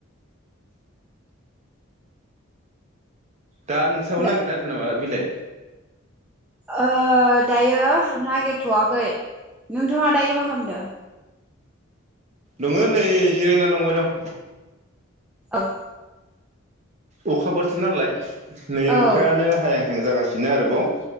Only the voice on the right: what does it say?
दा नोंसाबो
नागिरना होदोंना नामा बिलाय
दङो नै जिरायना दंबाय दं।
अखा बोथोर नालाय। नै अखायानो
हाया हाहां जागासिनो आरोबाव